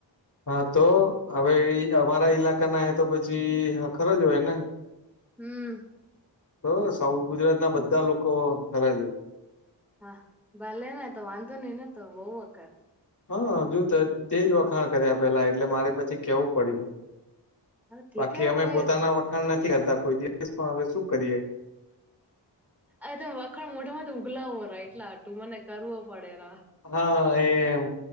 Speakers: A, on the left; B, in the centre.
A: હા તો હવે અમારા ઈલાકા ના હ તો પછી ખરો જ હોય ને
B: હમ.
A: તો સાઉથ ગુજરાતના બધા લોકો થરા છે.
B: હા ભલેને તો વાંધો નઈને તો બહુ વખત.
A: હા જો તો તેજ વખાણ કર્યા પેલા એટલે મારે પછી કેવું પડ્યું.
B: હા ઠીક
A: બાકી
B: હે હવે
A: અમે પોતાના વખાણ નથી લેતા કોઈ દિવસ પણ હવે શું કરીએ.
B: અરે તમે વખાણ મોઢામાંથી ઉગલાવો ર એટલા હાટું મને કરવો પડતા.
A: હા એમ